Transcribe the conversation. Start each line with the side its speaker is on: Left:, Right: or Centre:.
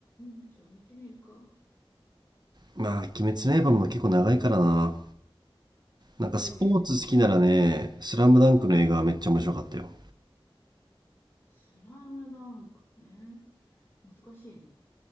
Left: ん。じゃあ見てみるか。
Right: まあ、鬼滅の刃も結構長いからな。
Left: 長いでしょ、
Right: なんかスポーツ好きならね、
Left: きっと。
Right: スラムダンクの映画はめっちゃ面白かったよ。
Left: スラムダンクね。難しいな。